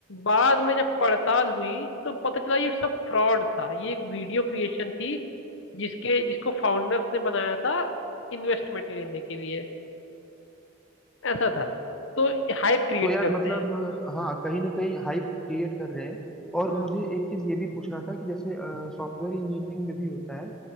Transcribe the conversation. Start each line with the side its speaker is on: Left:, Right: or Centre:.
Left: बाद में जब पड़ताल हुई तो पता चला ये सब फ्रॉड था ये एक वीडियो क्रिएशन थी जिसके जिसको फाउंडर्स ने बनाया था इन्वेस्टमेंट लेने के लिए ऐसा था तो हाइप क्रिएट
Centre: तो यार
Left: करते
Centre: मतलब
Left: हैं
Centre: हाँ कहीं ना कहीं हाइप क्रिएट कर रहे हैं और
Left: हम्म।
Centre: मुझे एक चीज ये भी पूछना था कि जैसे सॉफ्टवेयर इंजीनियरिंग में भी होता है